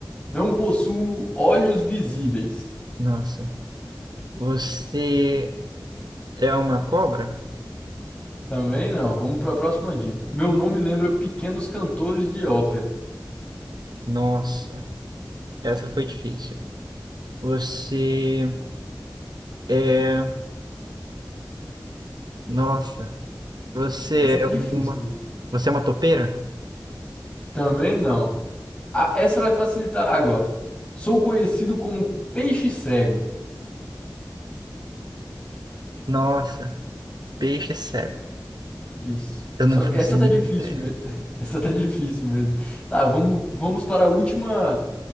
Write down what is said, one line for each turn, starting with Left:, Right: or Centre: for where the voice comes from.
Left: Não possuo olhos visíveis.
Right: nossa. Você é uma cobra?
Left: Também não. Vamos pra próxima dica. Meu nome lembra pequenos cantores de ópera.
Right: Nossa, essa foi difícil. Você é. Nossa. Você
Left: Essa tá
Right: é uma.
Left: difícil.
Right: Você é uma topeira?
Left: Também não. Ah, essa vai facilitar agora. Sou conhecido como peixe cego.
Right: Nossa, peixe é cego.
Left: Isso.
Right: Eu
Left: Só
Right: não faço
Left: que essa
Right: a mínima
Left: tá difícil
Right: ideia.
Left: mesmo. <laughs> Essa tá difícil mesmo. Tá, vamos, vamos para a última,